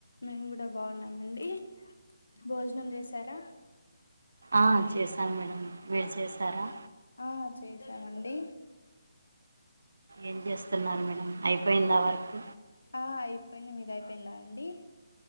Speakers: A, on the left; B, on the right.
A: మేం కూడా బాగున్నామండి భోజనం చేసారా
B: ఆ చేసాను మేడం మీరు చేశారా
A: ఆ చేసామండి
B: ఏం చేస్తున్నారు మేడం అయిపోయింది ఆ వర్క్
A: ఆ అయిపోయింది మీది అయిపోయిందా అండి